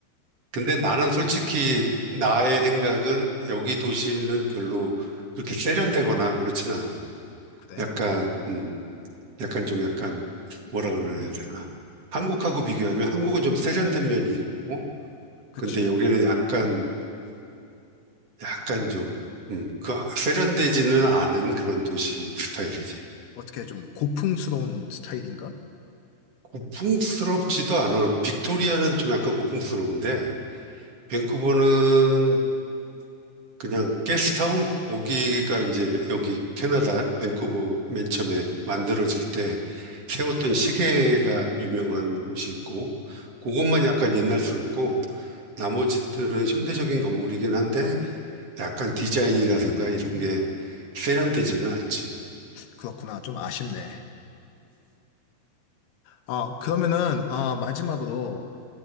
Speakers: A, on the right; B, on the left.
A: 근데 나는 솔직히 나의 생각은 여기 도시는 별로 그렇게 세련되거나 그렇지는 않아
B: 그래?
A: 약간, 음, 약간 좀 약간 뭐라 그래야
B: 음.
A: 되나. 한국하고 비교하면 한국은 좀 세련된 면이 있고,
B: 그치.
A: 근데 여기는 약간, 약간 좀, 음, 그 세련되지는 않은 그런 도시 스타일이지.
B: 어떻게 좀 고풍스러운 스타일인가?
A: 고풍스럽지도 않아. 빅토리아는 좀 약간 고풍스러운데, 밴쿠버는 그냥 게스트타운 거기가 이제 여기 캐나다 밴쿠버 맨 처음에 만들어질 때 세웠던 시계가 유명한 곳이 있고 그것만 약간 옛날스럽고 나머지들은 현대적인 건물이긴 한데 약간 디자인이라든가 이런 게 세련되지는 않지.
B: 그렇구나. 좀 아쉽네. 아, 그러면은, 아, 마지막으로,